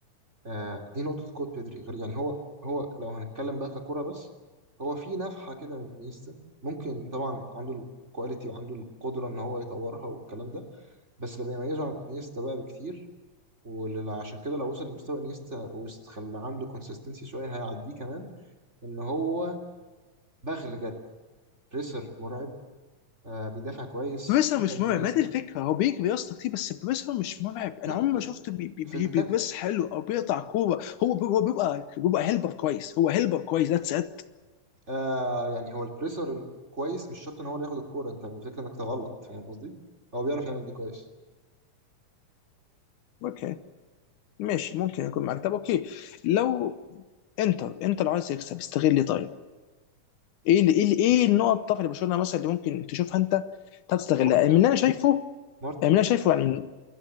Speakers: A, on the right; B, on the left.
A: آه، دي نقطة قوة بيدري غير يعني هو هو لو هنتكلم بقى ككرة بس هو في نفحة كده من انيستا ممكن طبعا عنده الكواليتي وعنده القدرة ان هو يطورها والكلام ده بس اللي بيميزه عن انيستا بقى بكتير وعشان كده لو وصل لمستوى انيستا وخلى عنده كونسيستنسي شوية هيعديه كمان ان هو بغل جري بريسر مرعب آه بيدافع كويس
B: بروسر
A: اقوى
B: مش مرعب
A: من انيستا
B: ما دي الفكره هو بيجري يا اسطى كتير بس بروسر مش مرعب انا
A: لا
B: عمري ما شفته بي- بي-
A: في
B: بي-
A: التكت
B: بيبص حلو او بيقطع كوره هو بي- هو بيبقى بيبقى هيلبر كويس هو هيلبر كويس ذاتس ات
A: آه يعني هو البريسر الكويس مش شرط ان هو اللي ياخد الكوره انت الفكره انك تغلط فاهم قصدي هو بيعرف يعمل دي كويس
B: اوكي ماشي ممكن يكون معاك طب اوكي لو انتر انتر عايز يكسب استغل لي طيب ايه اللي ايه اللي ايه النقط الضعف اللي برشلونه مثلا اللي ممكن تشوفها انت تستغلها
A: مارتن
B: يعني من اللي انا شايفه يعني
A: مارتن
B: من اللي انا شايفه يعني من